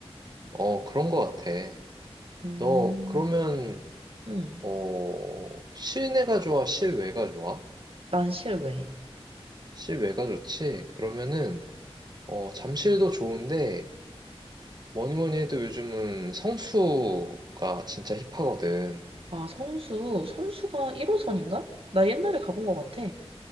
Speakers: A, on the right; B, on the right.
A: 어, 그런 것 같아.
B: 음.
A: 너, 그러면,
B: 음.
A: 어, 실내가 좋아? 실외가 좋아?
B: 난실외
A: 실외가 좋지? 그러면은, 어, 잠실도 좋은데, 뭐니 뭐니 해도 요즘은 성수가 진짜 힙하거든.
B: 아, 성수. 성수가 1호선인가? 나 옛날에 가본 것 같아.